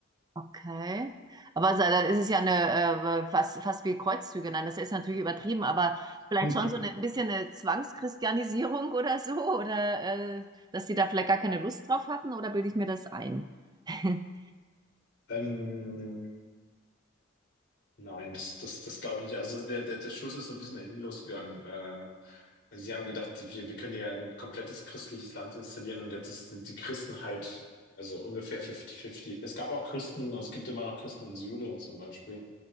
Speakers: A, on the right; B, on the left.
A: okay. Aber so, dann ist es ja eine, äh, fast, fast wie Kreuzzüge. Nein, das ist natürlich übertrieben, aber vielleicht
B: <laughs>
A: schon so eine, ein bisschen eine Zwangschristianisierung <laughs> oder so, oder äh, dass die da vielleicht gar keine Lust drauf hatten, oder bilde ich mir das ein? <laughs>
B: Ähm, Nein, das, das, das glaube ich nicht. Also der, der, der Schuss ist so ein bisschen nach hinten losgegangen. Äh, also sie haben gedacht, wir, wir können hier ein komplettes christliches Land installieren und jetzt ist, sind die Christen halt, also ungefähr 50-50. Es gab auch Christen, also es gibt immer noch Christen in Syrien zum Beispiel.